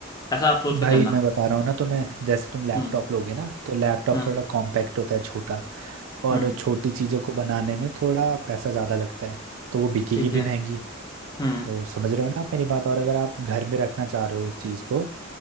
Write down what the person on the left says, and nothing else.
ऐसा आप सोच के
चलना
हम्म
हम्म
हम्म
ठीक
है
हम्म